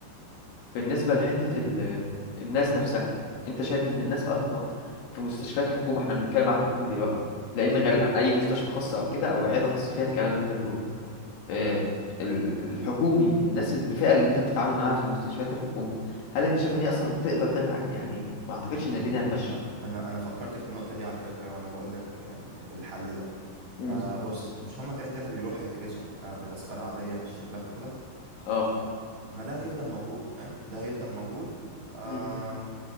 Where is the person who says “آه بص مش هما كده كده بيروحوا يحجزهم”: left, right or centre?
Right